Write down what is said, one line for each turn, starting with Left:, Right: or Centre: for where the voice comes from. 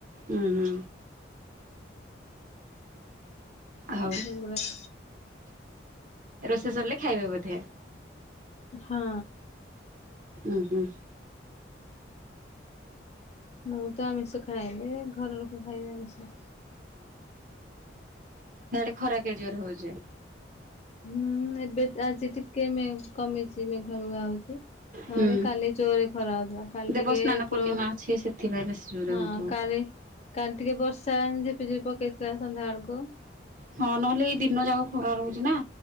Right: ଉୁଁ ହୁଁ ଆଉ
Left: ହିଙ୍ଗୁଳା।
Right: ରୋଷେଇ ସରିଲେ ଖାଇବେ ବୋଧେ।
Left: ହଁ।
Right: ଓୁଁ ହୁଁ।
Left: ମୁଁ ତ ଆମିଷ ଖାଇବି ଘର ଲୋକ ଖାଇବି ଆମିଷ।
Right: ନ ଖରା କେଡେ ଜୋର ହଉଛି।
Left: ହୁଁ ଏବେ ଆଜି ଟିକେ କମିଛି ମେଘମ। ଖରା ହଉଛି ନହେଲେ
Right: ହୁଁ।
Left: କାଲି ଚୋରରେ ଖରା ହଉଥିଲା। କାଲି
Right: ଦେବସ୍ନାନ
Left: ଟିକେ ଉପ୍ର
Right: ପୂର୍ଣ୍ଣିମା ଅଛି ସେଥିପାଇଁ ବେଶୀ ଜୋରରେ
Left: ହଁ
Right: ହଉଥିବ।
Left: କାଲି କାଲି ଟିକେ ବର୍ଷା ଝିପି ଝିପି ପକେଇ ସନ୍ଧ୍ୟା ବେଳୁକୁ।
Right: ହଁ ନହେଲେ ଏଇ ଦିନ ଯାକ ଖରା ରହୁଛି ନା।